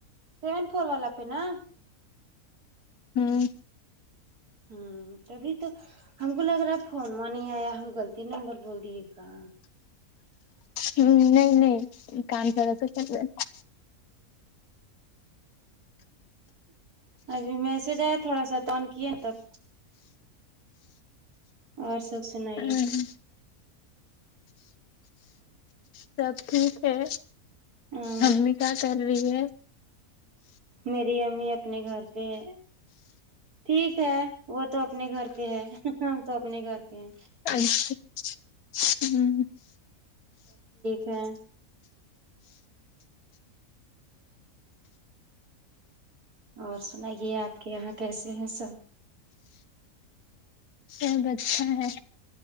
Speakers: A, on the right (about 85°); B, on the left (about 75°).
A: سیون فور والا پہ نا
B: ہم
A: ہم تبھی تو ہم کو لگ رہا فون ما نہیں ایا ہم غلط نمبر بول دیے گا
B: ہم ہم نہیں نہیں کم چڑا <unintelligible>
A: ابھی میسج ایا تھوڑا سا تون کیے تب اور سب سنائیے
B: ہے سب ٹھیک ہے
A: ہوں
B: امی کیا کر رہی ہے
A: میری امی اپنے گھر پہ ہے ٹھیک ہے وہ تو اپنے گھر پہ ہے ہم تو اپنے گھر پہ ہے
B: اچھا ہم
A: ہم اور سنائیے اپ کے یہاں کیسے ہیں سب
B: سب اچھا ہے